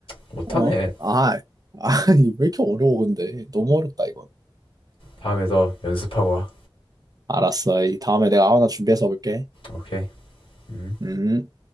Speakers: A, on the left (about 80°); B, on the right (about 45°).
A: 못하네
B: 어? 아 아니 <laughs> 왜 이렇게 어려워 근데 너무 어렵다 이건
A: 다음에 더 연습하고 와
B: 알았어 이 다음에 내가 하나 준비해서 볼게
A: 오케이 음
B: 음